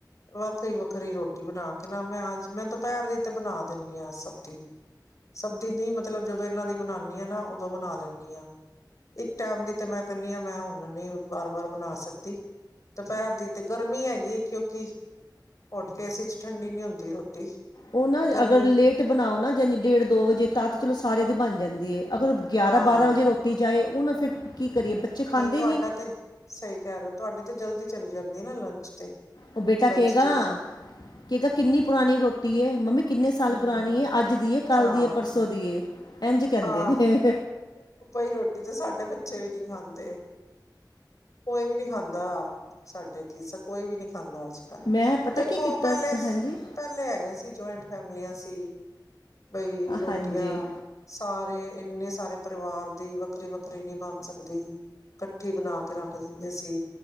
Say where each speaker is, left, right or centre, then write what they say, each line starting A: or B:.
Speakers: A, on the left; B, on the left.
A: ਵੱਖਰੀ- ਵੱਖਰੀ, ਰੋਟੀ ਬਣਾ ਕੇ ਨਾ। ਮੈਂ ਅਜ, ਮੈਂ ਦੁਪਹਿਰ ਦੀ ਤੇ, ਬਣਾ ਦੇਣੀ ਆ ਸਬਦੀ। ਸਬਦੀ, ਦੀ ਮਤਲਬ ਜਦੋਂ ਇਹਨਾਂ ਦੀ, ਬਣਾਉਂਦੀ ਆਾਂ ਨਾ। ਉਦੋਂ ਬਣਾ ਲੈਂਦੀ ਹਾਂ। ਇੱਕ ਟੈਮ ਦੀ, ਤੇ ਮੈਂ ਕਹਿੰਨੀ ਹਾਂ। ਮੈਂ ਹੁਣ, ਨਹੀਂ ਵਾਰ- ਵਾਰ, ਬਣਾ ਸਕਦੀ। ਦੁਪਹਿਰ ਦੀ ਤੇ। ਗਰਮੀ ਹੈਗੀ ਹੈ, ਕਿਉਂਕਿ। ਹੋਠ ਕੇਸ, ਚ ਠੰਡੀ ਨੀ ਹੁੰਦੀ ਰੋਟੀ।
B: ਉਹ ਨਾ,
A: ਗਰਮੀ
B: ਅਗਰ ਲੇਟ ਬਣਾਓ ਨਾ। ਜਾਣੀ ਡੇਢ, ਦੋ ਵਜੇ ਤਾਂ, ਤੋ ਚਲੋ ਸਾਰੇਆਂ ਦੀ ਬਣ ਜਾਂਦੀ ਹੈ। ਅਗਰ ਉਹ, ਗਿਆਰਾਂ,
A: ਹਾਂ
B: ਬਾਰਾਂ ਵਜੇ ਰੋਟੀ ਜਾਏ। ਉਹੁਣਾ ਫੇਰ ਕੀ ਕਰੀਏ, ਬੱਚੇ ਖਾਂਦੇ
A: ਤੁਹਾਡਾ
B: ਨਹੀਂ।
A: ਤੇ ਸਹੀ ਕਹਿ ਰਹੇ ਹੋ। ਤੁਹਾਡੀ ਤੇ, ਜਲਦੀ ਚਲੀ ਜਾਂਦੀ ਨਾ ਲੰਚ ਤੇ।
B: ਉਹ ਬੇਟਾ
A: ਲੰਚ
B: ਕਹੇਗਾ
A: ਜ-
B: ਕਹੇਗਾ, ਕਿੰਨੀ ਪੁਰਾਣੀ ਰੋਟੀ ਹੈ, ਮੰਮੀ। ਕਿੰਨੇ ਸਾਲ
A: ਹਮ
B: ਪੁਰਾਣੀ ਏ। ਅੱਜ ਦੀ ਹੈ, ਕੱਲ
A: ਹਾਂ
B: ਦੀ ਹੈ, ਪਰਸੋਂ ਦੀ ਹੈ। ਇੰਝ ਕਹਿੰਦੇ
A: ਹਾਂ
B: ਨੇ।
A: ਬਈ ਰੋਟੀ ਤੇ ਸਾਡੇ, ਬੱਚੇ ਵੀ ਨਹੀਂ ਖਾਂਦੇ। ਕੋਈ ਵੀ ਨੀ ਖਾਂਦਾ। ਸਾਡੇ ਕਿਸ, ਕੋਈ ਵੀ ਨੀ ਖਾਂਦਾ। ਅ-
B: ਮੈਂ ਪਤਾ
A: ਦੇਖੋ,
B: ਕੀ ਕੀਤਾ
A: ਪਹਿਲੇ।
B: ਹਾਂਜੀ
A: ਪਹਿਲੇ ਹੈਗੇ ਏ ਸੀ। ਜੁਆਇੰਟ ਫੈਮਲੀਆਂ ਸੀ। ਬਈ ਰੋਟੀਆਂ।
B: ਹਾਂਜੀ
A: ਸਾਰੇ ਇੰਨੇ ਸਾਰੇ, ਪਰਿਵਾਰ ਦੀ, ਵੱਖਰੀ- ਵੱਖਰੀ, ਨਹੀਂ ਬਣ ਸਕਦੀ। ਇਕੱਠੀ, ਬਣਾ ਕੇ ਰੱਖ ਦਿੰਦੇ ਸੀ।